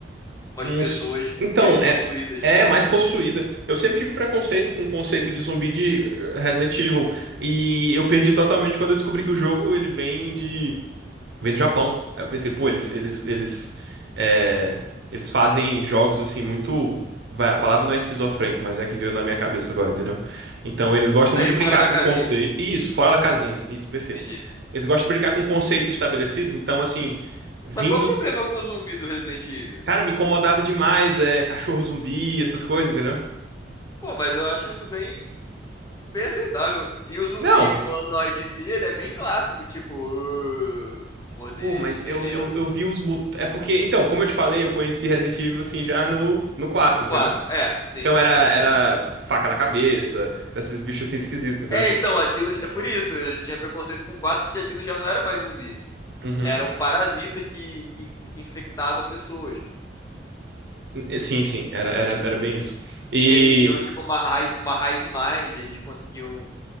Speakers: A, on the left (about 20°); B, on the right (about 65°).
A: umas
B: Uns.
A: pessoas
B: Então,
A: meio possuídas,
B: é. É, mais possuída. Eu sempre tive preconceito com o conceito de zumbi de eh, Resident Evil. E eu perdi totalmente quando eu descobri que o jogo ele vem de. Vem do Japão. Aí eu pensei, pô, eles, eles, eles, é, eles fazem jogos assim muito. Vai, a palavra não é esquizofrênico, mas é a que veio na minha cabeça agora, entendeu? Então eles gostam
A: bem
B: muito de brincar
A: fora da
B: com
A: casinha,
B: conceito. Isso, fora da casinha. Isso, perfeito.
A: entendi.
B: Eles gostam de brincar com conceitos estabelecidos, então assim, vindo.
A: Mas qual o problema com o zumbi do Resident Evil?
B: Cara, me incomodava demais, é, cachorro zumbi, essas coisas, entendeu?
A: Pô, mas eu acho isso bem bem aceitável. E o zumbi
B: Não.
A: humanoide em si, ele é bem clássico, tipo, "Uh", morder
B: Pô, mas
A: bem
B: eu,
A: lento.
B: eu, eu vi os mut... É porque, então, como eu te falei, eu conheci Resident Evil assim já no, no quatro
A: No
B: entendeu?
A: quatro É,
B: Então
A: sim.
B: era, era faca na cabeça, esses bichos assim esquisitos, entendeu?
A: É, então, aquilo. É por isso, eu tinha preconceito com 4 porque aquilo já não era mais zumbi.
B: Uhum.
A: Era um parasita que, que, que infectava pessoas.
B: Eh, Sim, sim, era, era, era bem isso. E,
A: E eles tinham, tipo, uma hive, uma hive mind, eles conseguiam